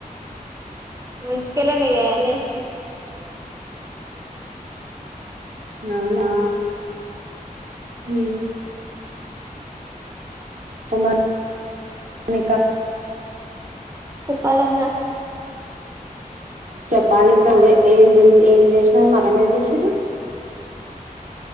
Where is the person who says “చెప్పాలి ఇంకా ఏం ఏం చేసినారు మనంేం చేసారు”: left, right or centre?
Right